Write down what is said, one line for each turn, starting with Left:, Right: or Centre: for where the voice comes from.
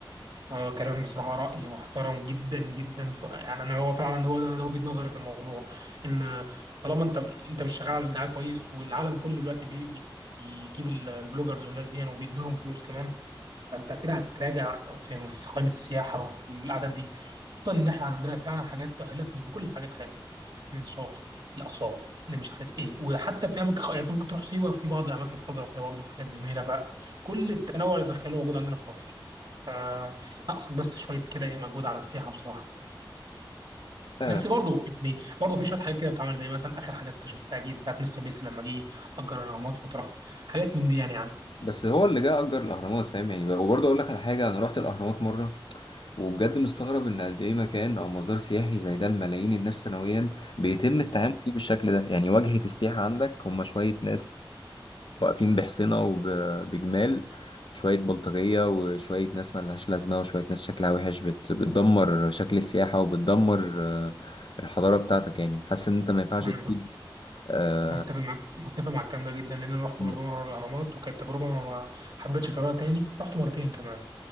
Right: اه كلام بصراحه راي محترم جدا جدا ف... يعني انا هو فعلا هو ده, ده وجهه نظري في الموضوع ان طالما انت انت مش شغال على دعايه كويس والعالم كله دلوقتي بي... بي- بيجيب ال- الفلوجرز والناس دي وبيدوا لهم فلوس كمان فانت كده هتراجع في في قائمه السياحه وفي الاعداد دي خصوصا ان احنا عندنا فعلا حاجات تاهلت من كل حاجات خارج من شاطئ لاثار اللي مش عارف ايه وحتى في اماكن خ- يعني انت ممكن تروح سيوه في بعض الاماكن الخضراء فيها برضه حاجات جميله فكل التنوع اللي تتخيله موجود عندنا في مصر فناقصك بس شويه كده ايه مجهود على السياحه بصراحه
Left: فعلا
Right: بس برضه يعني برضه في شويه حاجات كده بتتعمل زي مثلا اخر حاجه انت شفتها اكيد بتاعت مستر بيس لما جه اجر الاهرامات فتره حاجات من دي يعني يعني
Left: بس هو اللي جه اجر الاهرامات فاهم يعني وبرضه اقول لك على حاجه انا رحت الاهرامات مره وبجد مستغرب ان قد ايه مكان او مزار سياحي زي ده لملايين الناس سنويا بيتم التعامل فيه بالشكل ده يعني واجهة السياحة عندك هم شوية ناس واقفين بحصينة وبجمال شوية بلطجية وشوية ناس ملهاش لازمة وشوية ناس شكلها وحش بت... بتدمر شكل السياحة وبتدمر آه، الحضارة بتاعتك يعني حاسس إن أنت ما ينفعش
Right: مم.
Left: تفيد آه...
Right: انا متفق معاك متفق مع الكلام ده جدا لان انا رحت
Left: مم.
Right: برضه مره الاهرامات وكانت تجربه ما ما حبيتش اكررها تاني رحت مرتين كمان